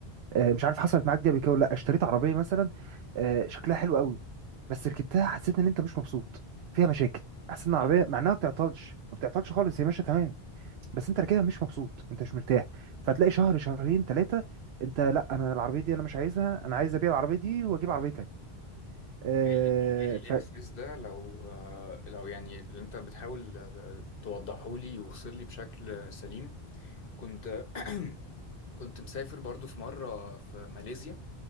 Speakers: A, on the right; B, on the left.
A: آه، مش عارف حصلت معاك دي قبل كده ولا لا اشتريت عربيه مثلا آه، شكلها حلو قوي بس ركبتها حسيت ان انت مش مبسوط فيها مشاكل حسيت ان العربيه
B: آه،
A: مع انها ما بتعطلش ما بتعطلش خالص هي ماشيه تمام بس انت راكبها مش مبسوط انت مش مرتاح فتلاقي شهر شهرين ثلاثه انت لا انا العربيه دي انا مش عايزها انا عايز ابيع العربيه دي واجيب عربيه تانية آه،
B: جالي جالي الإحساس
A: ف
B: ده لو آه، لو يعني اللي انت بتحاول آه، توضحه لي يوصل لي بشكل سليم كنت كنت مسافر برضو في مرة في ماليزيا